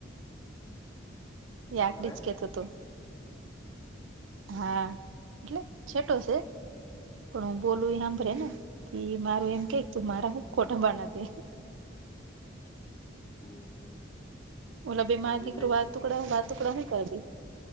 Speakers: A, on the right; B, on the left.
A: એ
B: સાંભળે
A: આકડી જ કેતો તો હા એટલે છેટો છે. પણ હું બોલું આંભળે ને મારું એમ કે તું મારા હ ખોટાબના-
B: હમમ
A: ઓલા બે માર દીકરો
B: જજ
A: વાત ટુકડા હું વાતુકડા હું કરી